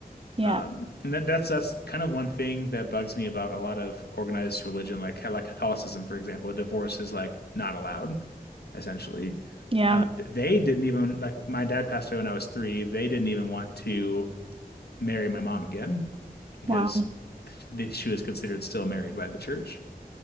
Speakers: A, on the right; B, on the left.
A: Yeah.
B: Um, and that, that's that's kind of one thing that bugs me about a lot of organized religion, like like Catholicism, for example. A divorce is like not allowed, essentially.
A: Yeah.
B: Um, th- they didn't even like my dad passed away when I was three. They didn't even want to marry my mom again because
A: Wow.
B: th- she was considered still married by the church.